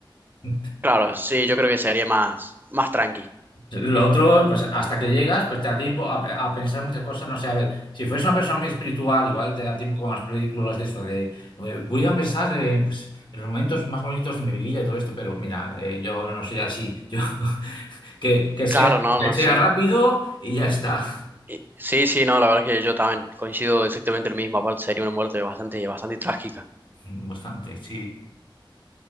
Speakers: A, on the left; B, on the right.
A: <laughs>
B: Claro, sí, yo creo que sería más, más tranqui.
A: Lo otro, pues hasta que llegas, pues te da tiempo a, pe- a pensar muchas cosas. No sé, a ver, si fueras una persona muy espiritual, igual te da tiempo con las películas de eso, de eh, voy a pensar eh, pues, en los momentos más bonitos de mi vida y todo esto, pero mira, eh, yo no soy así. Yo, <laughs> que, que sea,
B: Claro, no,
A: que
B: no,
A: sea
B: sí.
A: rápido y ya está.
B: Y- Sí, sí, no, la verdad que yo también coincido exactamente lo mismo. Aparte, sería una muerte bastante, bastante trágica.
A: <laughs> Bastante, sí.